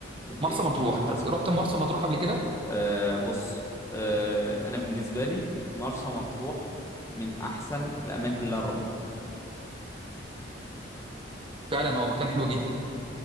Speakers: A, on the left (about 15°); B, on the right (about 30°).
A: الايه
B: مرسى مطروح انت
A: مرسى
B: رحت
A: مطروح.
B: مرسى مطروح قبل كده
A: آه بص آه انا بالنسبة لي مرسى مطروح من احسن الاماكن اللي انا روحتها
B: فعلا هو مكان حلو جدا